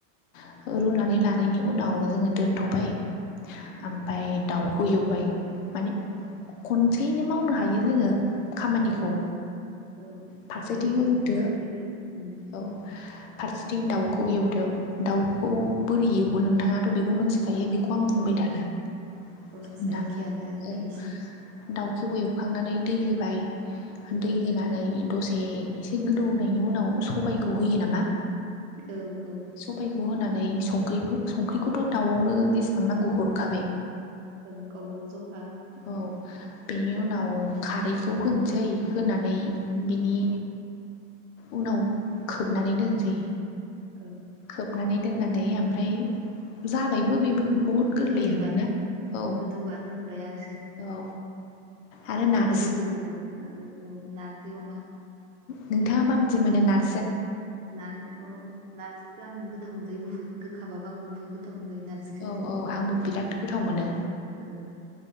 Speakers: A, on the left; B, on the right.
A: औ रुनानै लानायनि उनाव जोङो दोनथ'बाय
B: औ
A: ओमफ्राय दाउ खौ एवबाय माने
B: ओं
A: खनसेयैनो मावनो हायो जोङो। खामानिखौ
B: ओं ओं
A: फारसेथिं
B: फारसेखै होनानै
A: रुदो
B: फारसेखै उम
A: औ फारसेथिं दाउखौ एवदो दाउखौ बोरै एवो नोंथाङाथ' बेखौ मिथि- खायो बेखौ आं बुंबाय
B: औ
A: थाला
B: औ
A: औ
B: प्रसेसा
A: नोंथां
B: एखेयानो आरो
A: औ
B: नोंसि
A: दाउखौ एवखांनानै दै होबाय
B: औ
A: दै होनानै दसे एसे गोदौनायनि उनाव सबायखौ होयो नामा
B: औ औ
A: सबायखौ होनानै संख्रिखौ संख्रिखौथ' दाउआवनो जेसां हर नांगौ
B: उम
A: हरखाबाय
B: उम, ओं गावबा गाव जखा उम
A: औ बेनि उनाव खारैखौ होनोसै होनानै
B: ओं
A: बिनि उनाव खोबनानै दोनसै
B: औ
A: खोबनानै दोननानै ओमफ्राय जाबायबो बेबो बुहुत
B: गोदौबानो
A: गोरलैयानो ना
B: उम,
A: औ
B: गोदौबानो मोनबाय आरो
A: औ आरो नार
B: गोदौ होनांगौ नांगौ औ नारजि अमा
A: नोंथाङा
B: उम,
A: मााबायदि मोनो नार
B: नार अ नारजिखौ आं गोथाव मोनजायो बुहुत गोखाबाबो आं बुहुद गोथाव मोनजायो नारजिखौ
A: औ औ आंबो बिराद
B: ओं
A: गोथाव मोनो
B: ओं